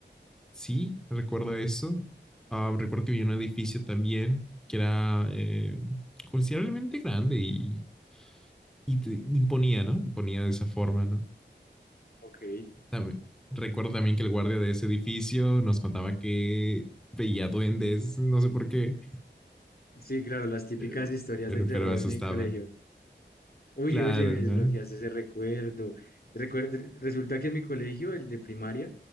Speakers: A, in the centre; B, on the left (about 55°).
A: sí, recuerdo eso. Ah, recuerdo que vi un edificio también que era eh, considerablemente grande y, y te imponía, ¿no? Imponía de esa forma, ¿no?
B: ok.
A: También- recuerdo también que el guardia de ese edificio nos contaba que veía duendes, no sé por qué.
B: Sí, claro, las típicas
A: Eh,
B: historias
A: Pero,
B: de terror
A: pero asustaba.
B: en el colegio. Uy,
A: Claro,
B: oye, me desbloqueaste
A: ¿no?
B: ese recuerdo. Recuer- resulta que en mi colegio, el de primaria,